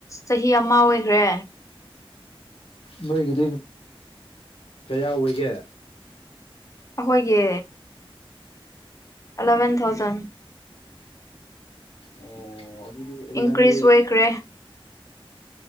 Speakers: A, on the left (about 35°); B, on the left (about 75°).
A: ꯆꯍꯤ ꯑꯃ ꯑꯣꯏꯈ꯭ꯔꯦ
B: ꯅꯣꯏꯒꯤꯗꯤ ꯀꯌꯥ ꯑꯣꯏꯒꯦ
A: ꯑꯈꯣꯏꯒꯤ ꯑꯦꯂꯦꯚꯦꯟ ꯊꯥꯎꯖꯟ
B: ꯑꯣ ꯑꯗꯨꯗꯤ ꯑꯦꯂꯦꯚꯦꯟꯗꯤ
A: ꯏꯟꯀ꯭ꯔꯤꯖ ꯑꯣꯏꯈ꯭ꯔꯦ